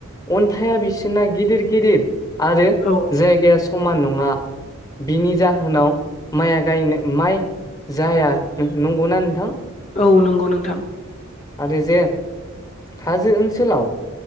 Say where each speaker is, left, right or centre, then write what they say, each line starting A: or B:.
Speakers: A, on the left (about 15°); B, on the left (about 35°).
A: अन्थाइआ बिसोरना गिदिर गिदिर आरो
B: औ।
A: जायगाया समान नङा ओ बिनि जाहोनाव माइया गायनो माइ जाया नंगौना नोंथां।
B: औ नंगौ नोंथां।
A: ओ आरो जे हाजो ओनसोलाव